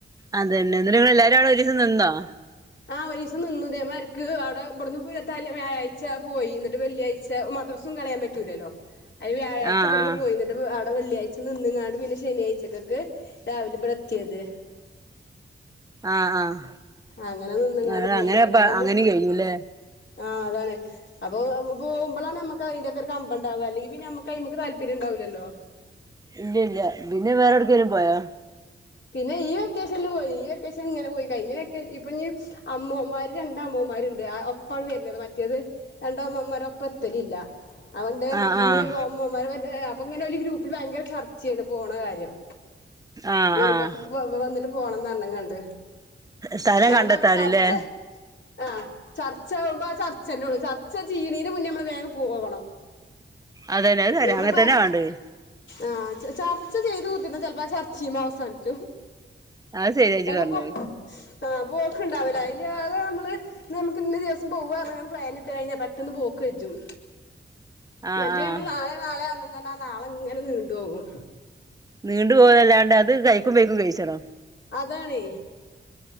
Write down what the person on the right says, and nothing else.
അതന്നെ എന്നെട്ടെ ഇങ്ങളെല്ലാരും അവ്ടെ ഒരൂസം നിന്നോ?
ആഹ്
ആഹ്
ആഹ് ആഹ്
ഞങ്ങള്
അങ്ങനെപ്പ
കഴിഞ്ഞുല്ലേ
ഇല്ല ഇല്ല പിന്നെ വേറെ എട്ക്കെലും പോയാ
ആഹ്
ആഹ്
ആഹ്
ആഹ്
സ്ഥലം
കണ്ടെത്താന്ല്ലേ
അതന്നെ
അത് അങ്ങനെ
തന്നെ വേണ്ടത്
അത് ശരിയാ ഇജ്ജ്
പറഞ്ഞത്
<unintelligible>
ആഹ്
നീണ്ടു പോവല്ലാണ്ട് അത് കയിക്കും മെയ്ക്കും കയിച്ചണോ